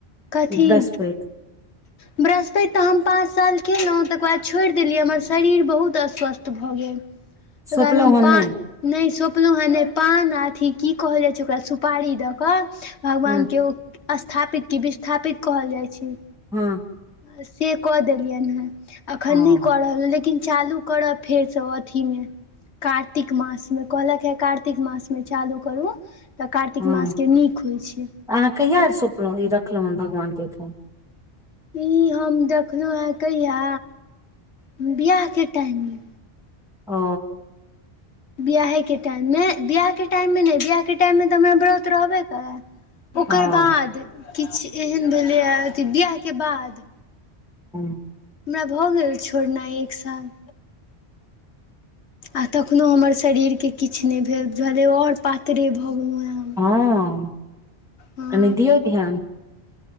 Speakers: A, on the left (about 80°); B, in the centre.
A: कथी
B: ई बृहस्पति
A: बृहस्पति तऽ हम पाँच साल कयेलहुँ तकर बाद छोड़ देलियै हमर शरीर बहुत अस्वस्थ भऽ गेल त
B: सोपलहुँ
A: हम
B: हन
A: प
B: नहि
A: <unintelligible> नहि सोँपलहुँ हेँ नहि पान अथि की कहल जाइ छै ओकरा सुपारी दऽ कऽ भगवानके
B: हँ
A: ऊ स्थापित कि विस्थापित कहल जाइ छै
B: हँ
A: से कऽ देलियनि हेँ अखन
B: हँ
A: नहि करब लेकिन लेकिन चालू करब फेरसँ अथी मे कार्तिक मासमे कहलक हे कार्तिक मासमे चालू करू तऽ कार्तिक
B: हँ
A: मासके नीक होइत छै
B: अहाँ कहिया सोंपलहुँ ई रखलहु हन भगवान के एखन
A: ई हम देखलहुँ कहिया बिआहके टाइममे।
B: ओ।
A: बियाहेके टाइमे नहि बियाहके टाइमे नहि बियाहके टाइमे तऽ हमरा व्रत रहबे करत। ओकर
B: हँ
A: बाद किछ एहन भेलैए अथी बिआहके बाद
B: हँ।
A: हमरा भऽ गेल छोड़नाइ एक साल। आ तखनो हमर शरीरके किछु नहि भेलले आओर पातरे भऽ गेलहु।
B: हँ,
A: हँ
B: कनि दियौ ध्यान।